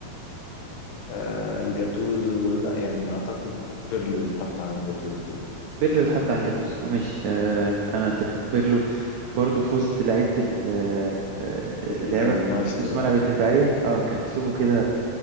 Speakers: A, on the left; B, on the right.
A: آه جاتوزو لا يعني اعتقد بيرلو اتحط عن جاتوزو يعني
B: بيرلو يتحط عن جاتوزو ماشي آه انا اتفق بيرلو برضه في وسط لعيبه ال- آه،
A: بيرلو
B: اللعبه
A: كان مايسترو
B: نص ملعب
A: يعني
B: الدفاعيه اه كان اسلوبه كده